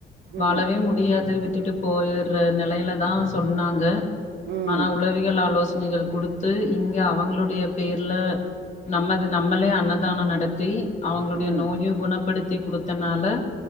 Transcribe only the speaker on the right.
ம்
ம்
ம்